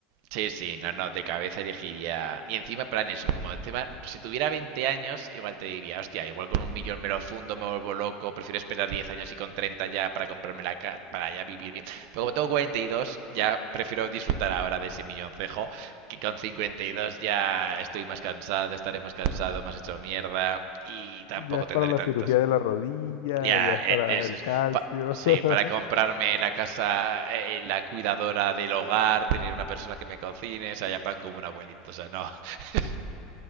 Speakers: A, on the right; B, on the left.
A: Sí, sí, no, no, de cabeza elegiría. Y encima, plan eso, como encima, si tuviera 20 años, igual te diría, hostia, igual con un millón me lo fundo, me vuelvo loco, prefiero esperar 10 años y con 30 ya para comprarme la ca- para ya vivir bien. Pero como tengo 42, ya prefiero disfrutar ahora de ese milloncejo, que con 52 ya estoy más cansado, estaré más cansado, más hecho mierda y tampoco
B: Ya es
A: tendré
B: para la
A: tantas
B: cirugía de la rodilla,
A: ya,
B: ya es
A: e-
B: para
A: eso
B: el
A: es.
B: calcio.
A: Pa- sí,
B: <laughs>
A: para comprarme la casa, eh, eh, la cuidadora del hogar, tener una persona que me cocine, o sea, ya pan como un abuelito, o sea, no. <laughs>